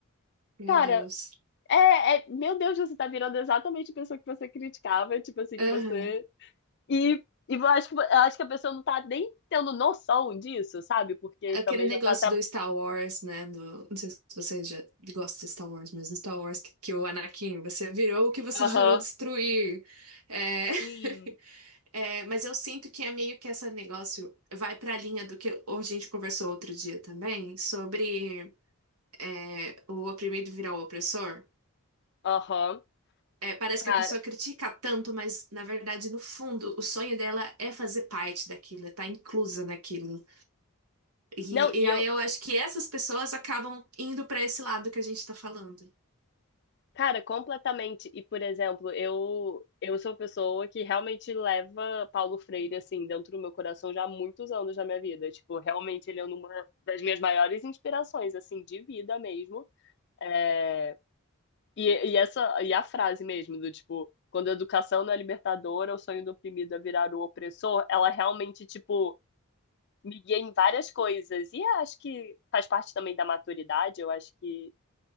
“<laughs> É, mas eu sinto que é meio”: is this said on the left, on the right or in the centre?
Right